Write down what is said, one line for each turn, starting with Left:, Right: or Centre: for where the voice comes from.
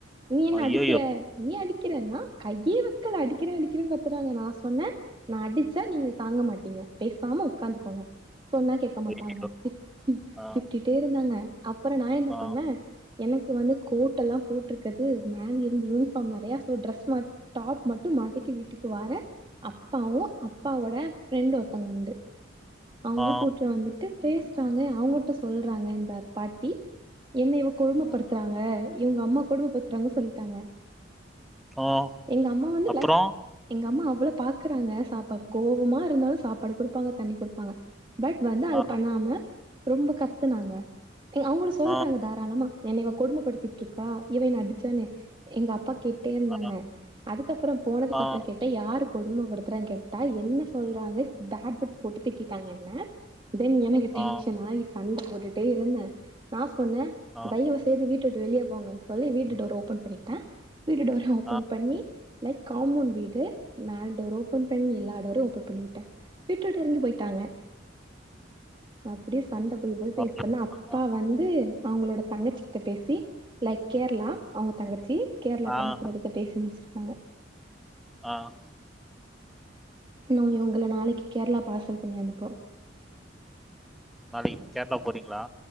Right: நீ என்ன
Centre: ஐயோ
Right: அடிக்கிற நீ அடிக்கிறன்னா கையே வக்கல அடிக்கிறே அடிக்கிறேன் கத்துறாங்க நா சொன்னே நா அடிச்சா நீங்க தாங்க மாட்டீங்க பேசாம உக்காந்துக்கோங்க சொன்னா கேக்க மாட்டாங்க
Centre: ஐயய்யோ!
Right: திட் தி
Centre: ஆ,
Right: திட்டிட்டே இருந்தாங்க அப்பறோ நா என்ன
Centre: ஆ,
Right: பண்ணே எனக்கு வந்து கோட்டெல்லா போட்ருக்கது மேல இருந்து யூனிஃபார்ம் வேறையா சோ ட்ரெஸ் மாத் டாப் மட்டு மாத்திட்டு வீட்டுக்கு வாரே அப்பாவு அப்பாவோட ஃப்ரெண்ட் ஒருத்தங்க உண்டு அவங்களையு
Centre: ஆ,
Right: கூட்டு வந்துட் டு பேசுறாங்க அவங்கட்ட சொல்றாங்க இந்த பாட்டி என்ன இவ கொடும
Centre: ஆ,
Right: படுத்றாங்க இவங்கம்மா கொடும படுத்றாங்க சொல்லிட்டாங்க
Centre: ஆ
Right: எங்க அம்மா வந்து
Centre: அப்புறம்?
Right: லைக் எங்கம்மா அவ்வளோ பாக்குறாங்க சாப்பா கோவமா இருந்தாலு சாப்பாடு குடுப்பாங்க தண்ணி குடுப்பாங்க பட் வந்து அது
Centre: ஆ,
Right: பண்ணாம ரொம்ப கத்துனாங்க எ அவங்களு சொல்றாங்க
Centre: ஆ,
Right: தா ராளமா என்ன இவ கொடுமப்படுத்திகிட்ருக்கா இவ என்ன அடிச்சானு எங்க அப்பா கேட் டே இருந்தாங்க
Centre: ஆ,
Right: அதுக்கப்பறோ போனதுக்கப்றோ
Centre: ஆ,
Right: கேட்டா யாரு கொடுமபடுத்துறான் கேட்டா என்ன சொல்றாங்க பேட் வேர்ட்ஸ் போட்டு திட்டிட்டாங்க என்ன தென் எனக் டென்ஷன்
Centre: ஆ,
Right: ஆயி சண்ட போட்டுட்டே இருந்தே நா சொன்னே
Centre: ஆ,
Right: தயவு செய்து வீட்டவுட் டு வெளிய போங்கன் சொல்லி வீட்டு டோர ஓபன் பண்ணிட்டே வீட்டு டோர ஓபன்
Centre: ஆ.
Right: பண்ணி லைக் காம்பௌன்ட் வீடு மேல்டோர் ஓப்பன் பண்ணி எல்லா டோரையு ஓப்பன் பண்ணி விட்டே வீட்ட விட்டு எறங்கி போயிட்டாங்க நா அப்டியே சண்ட போய் போய் போய்
Centre: அப்டிங்களா?
Right: இப்பனா அப்பா வந்து அவங்களோட தங்கச்சி கிட்ட பேசி லைக் கேரளா அவங்க தங்கச்சி கேரளாக்
Centre: ஆ, ஆ.
Right: அனுப்புறதுக்கு பேசி முடிச்சிருக்காங்க
Centre: ஆ
Right: இன்னூ இவங்கள நாளைக்கி கேரளா பார்சல் பண்ணி அனுப்புரோ
Centre: நாளைக்கி கேரளா போறீங்களா